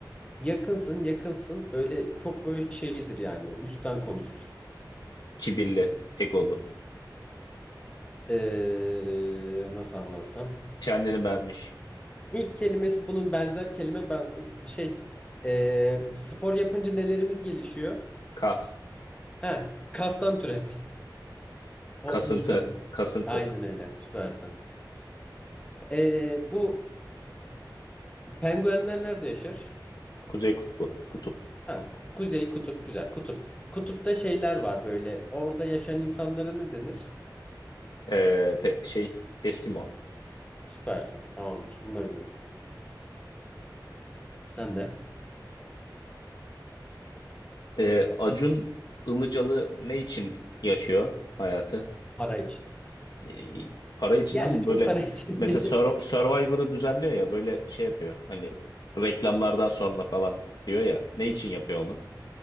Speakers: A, on the left (about 15°); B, on the left (about 65°).
A: Yakınsın yakınsın böyle çok böyle şeydir yani böyle üstten konuşur.
B: kibirli, egolu.
A: Ee, nasıl anlatsam.
B: Kendini beğenmiş.
A: İlk kelimesi bunun benzer kelime ben e, şey ee, spor yapınca nelerimiz gelişiyor?
B: Kas.
A: Ha, kastan türet. O
B: Kasıntı.
A: insan.
B: Kasıntı.
A: Aynen öyle. Süpersin. Ee, bu penguenler nerede yaşar?
B: Kuzey kutbu. Kutup.
A: Ha, ku- kuzey kutup güzel kutup. Kutupta şeyler var böyle. Orada yaşayan insanlara ne denir?
B: Ee, pe- şey Eskimo.
A: Süpersin. Tamamdır. Bunu da bildim. Sen de
B: Ee, Acun Ilıcalı ne için yaşıyor hayatı?
A: para için.
B: e, para için
A: Yani
B: ama
A: çok
B: böyle
A: para için.
B: mesela
A: <laughs> diye-
B: Sur- Survivor'ı düzenliyor ya böyle şey yapıyor. Hani reklamlardan sonra falan diyor ya. Ne için yapıyor onu?